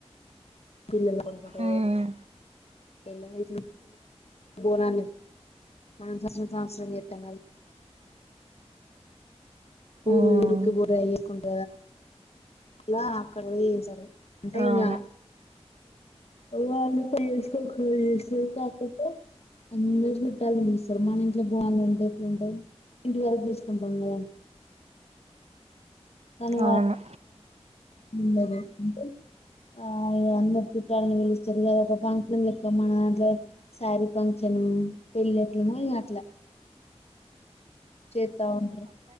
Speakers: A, on the left; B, on the right.
A: పిల్లు కొ
B: ఉమ్
A: ఎ వయట్ పోనా మన ఇంట్రెస్ట్ అంతా నితంగా ఊరు
B: ఉమ్
A: ఊరుకు పో ఇయకుంట ఇలా అక్కడలో ఏ సారు అంటే
B: అవును
A: ఇంకా వాళ్ళు పేసుకో చేస్త కాక అందరుూ చుట్టాల చూస్తారు మన ఇంట్లో పోవాలంటే ఎప్పుడు ఉంటాంది ఇంటి వరకు తీసుకుంటాం కదా కను
B: అవును
A: ఉండది అంటే ఆ ఇ అందరు చుట్టాలని పిలుస్తారు కదా ఒక ఫంక్షన్ లెక్క మన దాంట్లో శారీ ఫంక్షన్ పెళ్ళెట్లము ఇ అట్లా చెత్తా ఉంట